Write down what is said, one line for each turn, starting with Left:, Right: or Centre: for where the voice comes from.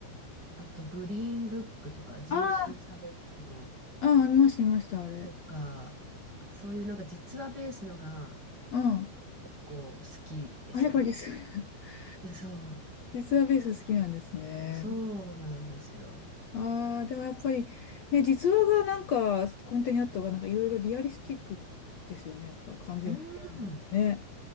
Right: あと、グリーンブックとか、人種差別の
Left: ああああ見ました、見ました、あれ。
Right: とか、そういうなんか実話ベースのが
Left: うん。
Right: 結構好きですね。
Left: あ、やっぱ実、<laughs>
Right: そ
Left: 実はベース好きなんですね。
Right: う、そうなんですよ。
Left: ああ、でもやっぱり、ね、実話がなんか、コンテにあった方が、なんかいろいろリアリスティックですよね。やっぱ完全フィクションね。
Right: うん、